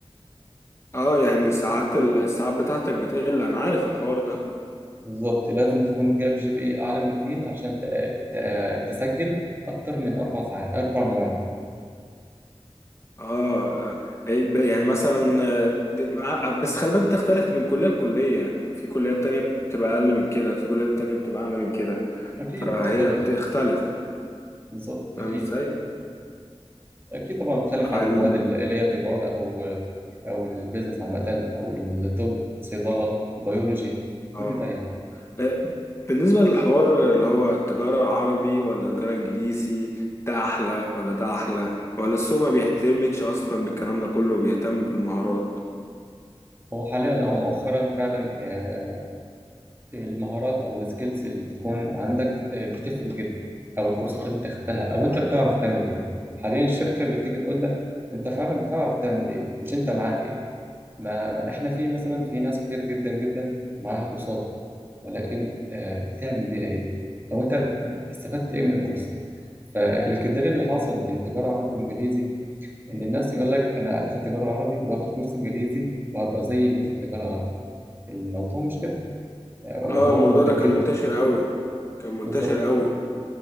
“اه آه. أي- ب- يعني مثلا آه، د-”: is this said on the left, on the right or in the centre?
Left